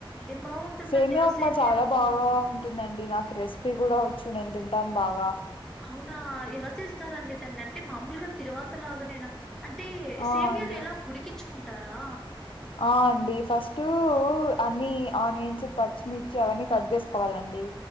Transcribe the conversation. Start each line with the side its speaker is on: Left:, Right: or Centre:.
Centre: ఏం బాగుంటుందండి
Left: సేమియా
Centre: ఆ
Left: ఉప్మా చాలా
Centre: ఉప్మా
Left: బాగా ఉంటుందండి నాకు రెసిపీ కూడా వచ్చు నేను తింటాను బాగా
Centre: అవునా ఎలా చేస్తారంండి దాన్ని అంటే మామూల్గా తిరువాత లాగనైనా అంటే
Left: ఆ
Centre: సేమ్యని
Left: అండి
Centre: ఎలా ఉడికించుకుంటారా
Left: ఆ అండి ఫస్ట్ అన్ని ఆనియన్స్ పచ్చిమిర్చి అవన్నీ కట్ చేసుకోవాలండి